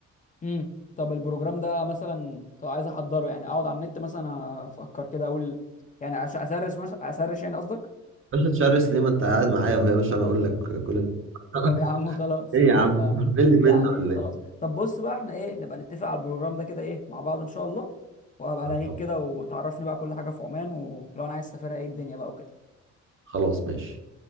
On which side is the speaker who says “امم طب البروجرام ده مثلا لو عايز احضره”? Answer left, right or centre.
Left